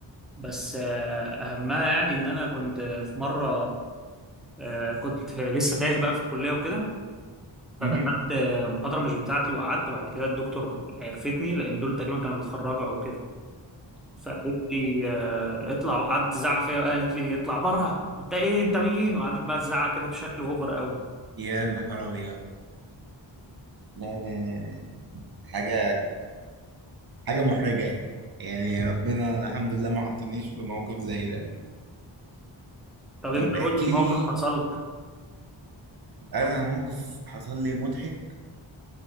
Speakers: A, in the centre; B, on the right.
A: بس آه، اهمها يعني ان انا كنت آه، في مره آه، كنت لسه تايه بقى في الكليه وكده
B: <laughs>
A: فدخلت آه، محاضره مش بتاعتي وقعدت بعد كده الدكتور عرفتني لان دول تقريبا كانوا بيتخرجوا او كده فقالت لي آه، اطلع قعدت تزعق فيا وقالت لي اطلع بره انت ايه انت مين وقعدت بقى تزعق كده بشكل اوفر قوي
B: يا نهار أبيض لا لا لا لا حاجة حاجة محرجة يعني ربنا الحمد لله ما حطنيش في موقف زي ده
A: طب انت
B: طب احكي
A: قول لي موقف
B: لي
A: حصل لك
B: أنا موقف حصل لي مضحك